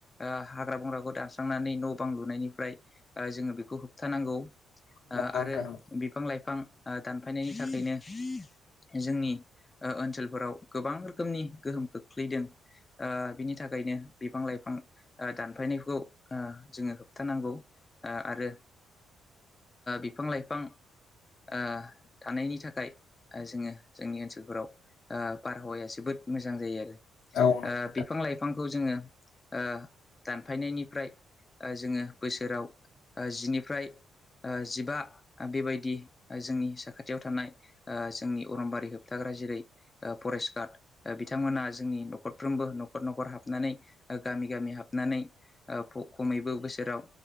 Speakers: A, on the left (about 25°); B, on the left (about 85°).
A: ओ हाग्रा बंग्राखौ दानस्रांनानै न' बां लुनायनिफ्राय जोङो ओ बेग। खौ होबथानांगौ ओ
B: नंगौ नोंथां
A: आरो
B: नंगौ
A: बिफां लाइफां। ओ दानफायनायनि थाखैनो। जोंनि ओ ओनसोलफोराव गोबां रोखोमनि गोहोम खोख्लैदों। ओ बिनि थाखायनो बिफां लाइफां दानफायनायखौ ओ जोङो होबथानांगौ। ओ आरो बिफां लाइफां। ओ थानायनि थाखाय जोङो जोंनि ओनसोलफोराव। ओ बारहावाया जोबोद मोजां जायो आरो
B: औ नंगौ
A: बिफां लाइफांखौ जोङो। ओ दानफायनायनिफ्राय जोङो बोसोराव जिनि। फ्राय। ओ जिबा बेबायदि जोंनि साखाथियाव थानाय ओ जोंनि अरनबारि होबथाग्रा। जेरै ओ फरेस्ट गार्ड बिथांमोना जोंनि न'खरफ्रोमबो न'खर न'खर हाबनानै ओ। गामि गामि हाबनानै ओ खमैबो बोसोराव